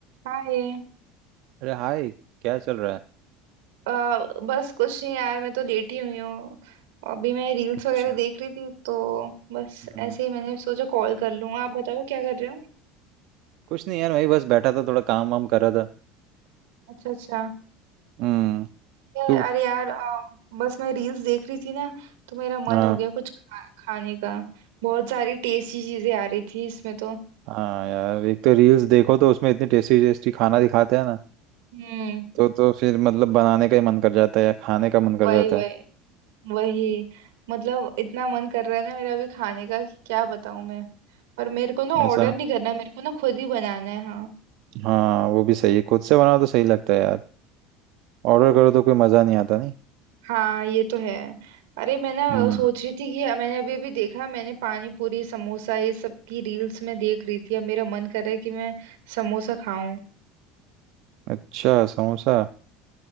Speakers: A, on the right; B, on the right.
A: हाँ ये
B: अरे हाय क्या चल रहा है
A: अ, बस कुछ नहीं यार मैं तो लेटी हुई हूँ अभी मैं रील्स
B: अच्छा
A: वगैरह देख रही थी तो बस
B: हम्म,
A: ऐसे ही मैंने सोचा कॉल कर लूँ आप बताओ क्या कर रहे हो
B: कुछ नहीं यार वही बस बैठा था थोड़ा काम वाम कर रहा था
A: अच्छा अच्छा
B: हम्म
A: यार
B: तू
A: अरे यार अ, बस मैं रील्स देख रही थी ना तो मेरा मन
B: हाँ
A: हो गया कुछ खा, खाने का बहुत सारी टेस्टी चीजें आ रही थी इसमें तो
B: हाँ यार एक तो रील्स देखो तो उसमें इतनी टेस्टी टेस्टी खाना दिखाते हैं ना
A: हम्म
B: तो तो फिर मतलब बनाने का ही मन कर जाता है या खाने का मन कर
A: वही
B: जाता
A: वही
B: है
A: वही मतलब इतना मन कर रहा है ना मेरा अभी खाने का कि क्या बताऊँ मैं पर मेरे को ना
B: ऐसा
A: ऑर्डर नहीं करना मेरे को ना खुद ही बनाना है हाँ
B: हाँ वो भी सही है खुद से बनाओ तो सही लगता है यार ऑर्डर करो तो कोई मजा नहीं आता नहीं
A: हाँ ये तो है अरे मैं ना
B: हम्म
A: सोच रही थी कि मैंने अभी अभी देखा मैंने पानी पूरी समोसा ये सब की रील्स में देख रही थी अब मेरा मन कर रहा है कि मैं समोसा खाऊं
B: अच्छा समोसा